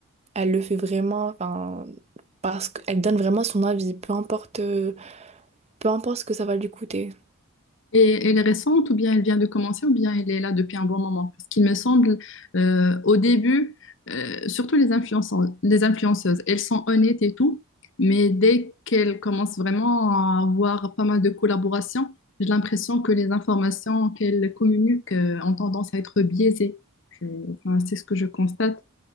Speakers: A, on the right (about 30°); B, on the left (about 60°).
A: Elle le fait vraiment, enfin, parce qu'elle donne vraiment son avis, peu importe. euh, peu importe ce que ça va lui coûter.
B: Et elle est récente, ou bien elle vient de commencer, ou bien elle est là depuis un bon moment. Parce qu'il me semble, euh, au début, euh, surtout les influenceuses, les influenceuses, elles sont honnêtes et tout, mais dès qu'elles commencent vraiment à avoir pas mal de collaborations, j'ai l'impression que les informations qu'elles communiquent, euh, ont tendance à être biaisées. Je- enfin, c'est ce que je constate.